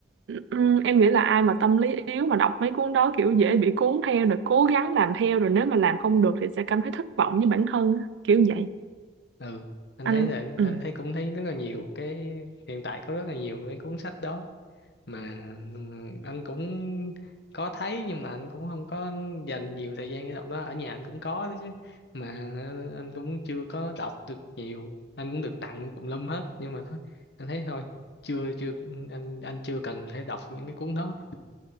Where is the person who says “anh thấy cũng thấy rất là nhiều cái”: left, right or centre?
Left